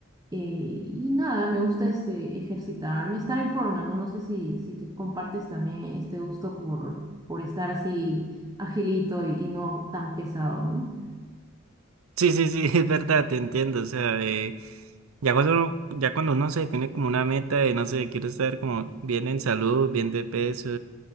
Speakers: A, on the right (about 15°); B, on the right (about 75°).
A: Eh, y nada, me gusta este ejercitarme, estar en forma, ¿no? No sé si, si tú compartes también este gusto por, por estar así agilito y, y no tan pesado, ¿no?
B: Sí, sí, sí, <laughs> es verdad, te entiendo. O sea, eh, ya cuando uno, ya cuando uno se define como una meta de, no sé, quiero estar como bien en salud, bien de peso,